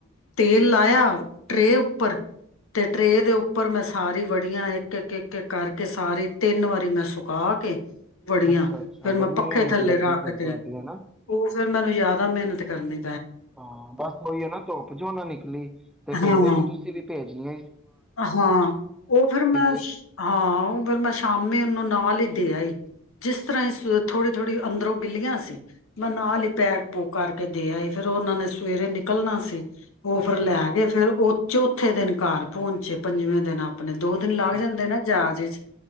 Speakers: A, on the left; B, in the centre.
A: ਤੇਲ ਲਾਇਆ ਟਰੇ ਉੱਪਰ ਤੇ ਟਰੇ ਦੇ ਉੱਪਰ ਮੈਂ ਸਾਰੀ ਵੜੀਆਂ ਇੱਕ ਇੱਕ ਇੱਕ ਕਰਕੇ ਸਾਰੀ ਤਿੰਨ ਵਾਰੀ ਮੈਂ ਸੁਕਾ ਕੇ ਵੜੀਆਂ
B: ਅੱਛਾ ਅੱਛਾ
A: ਫੇਿਰ ਮੈਂ
B: ਬੜੀ
A: ਪੱਖੇ
B: ਮਿਹਨਤ
A: ਥੱਲੇ
B: ਲੱਗੀ
A: ਰੱਖ
B: ਫਿਰ
A: ਤੇ।
B: ਤੁਹਾਡੀ ਹਨਾ
A: ਉਹ ਫੇਰ ਮੈਨੂੰ ਯਾਦ ਆ। <unintelligible> ਕਰਨੇ
B: ਹਾਂ, ਬਸ ਉਹੀਓ ਨਾ ਧੋੱਪ ਜੋ ਨਾ ਨਿਕਲੀ ਤੇ ਫੇਰ
A: ਹਾਂ
B: ਦੇਖੋ ਤੁਸੀਂ ਵੀ <unintelligible> <inaudible> ਜਿੰਨੀ
A: ਹਾਂ, ਉਹ ਫੇਿਰ ਮੈਂ
B: ਏ।
A: ਸ਼ ਹਾਂ, ਉਹ ਫਿਰ ਮੈਂ ਸ਼ਾਮੀ ਨੂੰ ਨਾਲ ਹੀ ਦੇ ਆਈ ਜਿਸ ਤਰ੍ਹਾਂ ਹੀ ਥੋੜੀ ਥੋੜ੍ਹੀ ਅੰਦਰੋਂ ਗਿੱਲੀਆਂ ਸੀ ਮੈਂ ਨਾਲ ਹੀ ਪੈਕ ਪੂਕ ਕਰਕੇ ਦੇ ਆਈ ਫੇਿਰ ਉਹਨਾਂ ਨੇ ਸਵੇਰੇ ਨਿਕਲਣਾ ਸੀ। ਉਹ
B: ਅੱਛਾ
A: ਫਿਰ ਲੈਗਏ
B: ਅੱਛਾ
A: ਫਿਰ ਉਹ ਚੌਥੇ ਦਿਨ ਕਾ ਪਹੁੰਨਚੇ ਪੰਜਵੇਂ ਦਿਨਾਂ ਆਪਣੇ ਦੋ ਦਿਨ ਲੱਗ
B: ਅੱਛਾ
A: ਜਾਂਦੇ
B: ਅੱਛਾ
A: ਨਾ ਜਹਾਜ਼ ਚ